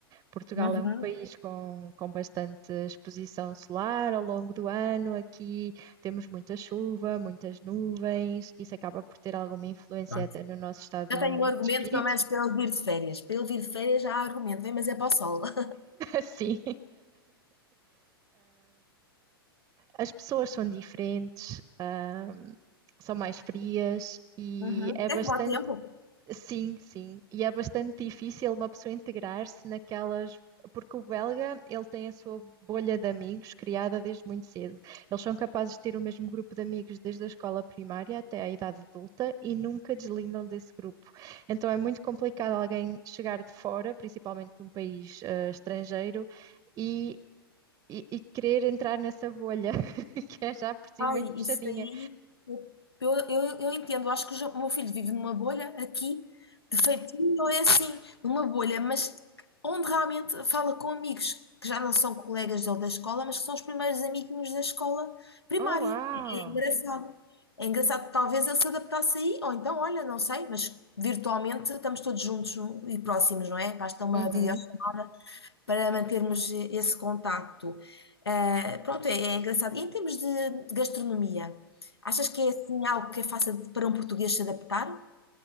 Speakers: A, on the right (about 25°); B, on the left (about 85°).
A: Portugal
B: Uhum.
A: é um país com, com bastante exposição solar ao longo do ano. Aqui temos muita chuva, muitas nuvens. Isso acaba por ter alguma influência
B: Pronto.
A: até no nosso estado
B: Já tenho um argumento,
A: de espírito.
B: pelo menos, para ele vir de férias. Para ele vir de férias já há argumento, vem, mas é para o sol. <laughs>
A: <laughs> Sim, as pessoas são diferentes, ahm, são mais frias e
B: Uhum.
A: é
B: É
A: bastante
B: que dá tempo.
A: Sim, sim. E é bastante difícil uma pessoa integrar-se naquelas. Porque o belga, ele tem a sua bolha de amigos criada desde muito cedo. Eles são capazes de ter o mesmo grupo de amigos desde a escola primária até a idade adulta e nunca deslindam desse grupo. Então é muito complicado alguém chegar de fora, principalmente de um país eh, estrangeiro, e, e, e querer entrar nessa bolha, <laughs> que é já por si
B: Ai,
A: muito fechadinha.
B: isso aí. Eu, eu, eu entendo, eu acho que o Jo- o meu filho vive numa bolha aqui, de feitinho, ou é assim, numa bolha, mas onde realmente fala com amigos que já não são colegas dele da escola, mas que são os primeiros amiguinhos da escola primária.
A: Oh, uau!
B: É, é engraçado. É engraçado, talvez ele se adaptasse aí, ou então, olha, não sei, mas virtualmente estamos todos juntos um, e próximos, não é? Basta uma
A: Uhum.
B: videochamada para mantermos esse contacto. Ah, pronto, é, é engraçado. E em termos de gastronomia, achas que é assim algo que é fácil de- para um português se adaptar?